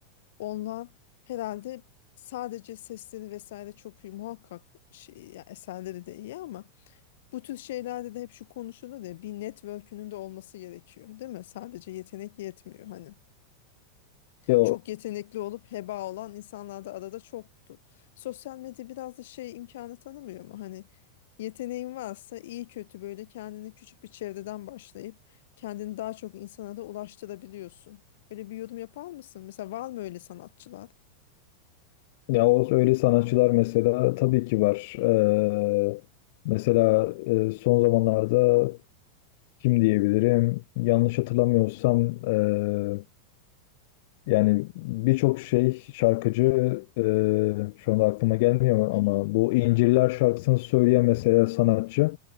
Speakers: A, on the left; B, on the left.
A: Onlar herhalde sadece sesleri vesaire çok iyi muhakkak şey, ya eserleri de iyi ama bu tür şeylerde de hep şu konuşulur ya bir network'ünün de olması gerekiyor değil mi? Sadece yetenek yetmiyor hani.
B: Ya
A: çok yetenekli olup heba olan insanlar da arada çoktu. Sosyal medya biraz da şey imkanı tanımıyor mu? Hani yeteneğin varsa iyi kötü böyle kendini küçük bir çevreden başlayıp kendini daha çok insana da ulaştırabiliyorsun. Öyle bir yorum yapar mısın? Mesela var mı öyle sanatçılar?
B: Ya o öyle sanatçılar mesela tabii ki var. Ee, mesela e, son zamanlarda kim diyebilirim? Yanlış hatırlamıyorsam e, yani birçok şey şarkıcı e, şu anda aklıma gelmiyor
A: Hı
B: ama
A: hı.
B: bu İnciller şarkısını söyleyen mesela sanatçı